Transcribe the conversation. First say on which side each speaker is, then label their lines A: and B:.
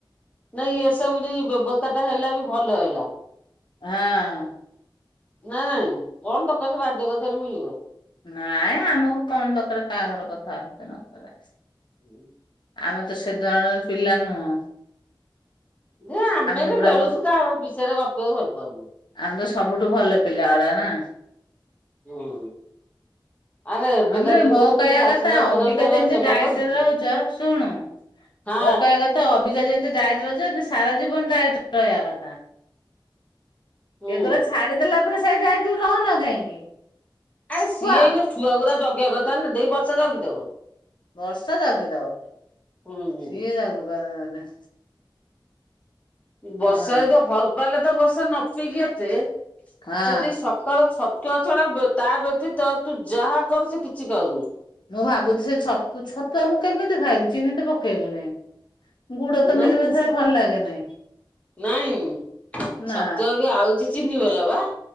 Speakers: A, on the left; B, on the left.
A: ନାଇଁ ଏସବୁ ଯ ବ୍ୟବସ୍ଥା ଟା ହେଲା ବି ଭଲ ହେଲା।
B: ହଁ।
A: ନାଇଁ ନାଇଁ କଣ ଦକାର ସେ ରାଜ୍ୟ କଥାରେ ମିଳିବ।
B: ନାଇଁ ଆମକୁ କଣ ଦରକାର କାହା ଘର କଥା ଆଲୋଜନା କରିବା।
A: ହୁଁ।
B: ଆମେ ତ ସେ ଧରଣର ପିଲା ନୁହଁ।
A: ଯେ ଆମେ
B: ତ
A: ବି
B: ପୁରା
A: ବେଳୁଛୁ କାହା ବିଷୟରେ ଗପିବାକୁ ଭଲ ପାଉନି।
B: ଆମେ ତ ସବୁଠୁ ଭଲ ପିଲା ଓରା ନା।
A: ହୁଁ। ଆରେ ଏବେକା
B: ହେଲେ
A: ଯୁଗରେ
B: ମୋ କହିବା
A: କିଏ ଶାଶୁ
B: କଥା
A: ଶ୍ୱଶୁରଙ୍କର
B: ଅବିକା ଯେମତି
A: ସେବା
B: ଡାଏଟରେ
A: କରୁଛି
B: ରହୁଛ। ଶୁଣୁ ମୋ
A: ହଁ
B: କହିବା କଥା। ତ ଅବିକା ଯେମିତି ଡାଇରେଟର ସାରା ଜୀବନ ଡାଇରେଟ ରହିବା କଥା।
A: ହୁଁ
B: ଏଗୁଡା ଛାଡିଦଲା ପରେ ସେ ଡାଇଟି ରହୁନ କାହିଁକି।
A: ଆରେ ସିଏ
B: କୁହ?
A: ଏ ଇନା ଛୁଆଗୁୁରା ଜଗିବାଆ କଥା ନା ଦିଇ ବର୍ଷା ଜଗିଦେଉ।
B: ବର୍ଷା ଜଗିଦବ
A: ହୁଁ ହୁଁ
B: ସିଏ ଜଗିପାରିବନି।
A: ବର୍ଷା
B: ହଁ।
A: ଯଦି ହରବା ହେଲେ ତ ବର୍ଷା ନ ପିକି ଏତେ
B: ହଁ
A: ସେଦ। ସକାଳୁ ଛତୁଆ ଛଡା ତା ବ୍ୟତୀତ ତୁ ଯାହା କରୁସ କିଛି କରୁନି।
B: ମୁଁ ଭାବୁଛି ସେ ଛତୁ ଛତୁ ଆ ମୁଁ କେମିତି ଖାଇବି ଚିନି ତ ପକେଇବି ନାହି। ଗୁଡ ତ
A: ନାଇଁ
B: ମିଲି ମିଶା
A: ସେ
B: ଭଲ ଲାଗେନି।
A: ନାଇଁ ଛତୁଆ
B: ନା।
A: ବି ଆଉଛି ଚିନି ବାଲା ପା।